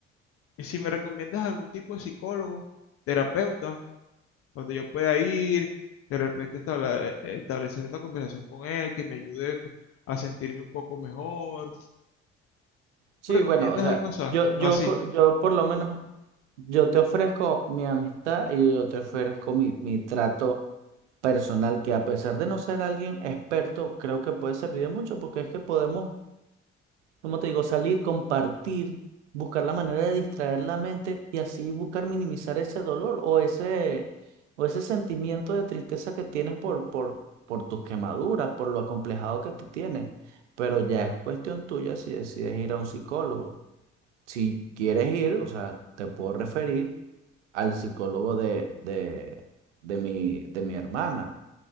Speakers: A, on the left; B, on the right.
A: y si me recomiendas algún tipo de psicólogo, terapeuta, donde yo pueda ir, de repente establa- eh, eh, establecer una conversación con él, que me ayude co- a sentirme un poco mejor,
B: Sí,
A: ¿me recomiendas
B: bueno, o sea,
A: algo asá-
B: yo, yo,
A: así?
B: por- yo por lo menos, yo te ofrezco mi amistad y yo te ofrezco mi, mi trato personal, que a pesar de no ser alguien experto, creo que puede servir de mucho, porque es que podemos, como te digo, salir, compartir, buscar la manera de distraer la mente y así buscar minimizar ese dolor o ese, o ese sentimiento de tristeza que tienes por, por, por tus quemaduras, por lo acomplejado que te tienes. Pero ya es cuestión tuya si decides ir a un psicólogo si quieres ir, o sea, te puedo referir al psicólogo de, de, de mi, de mi hermana,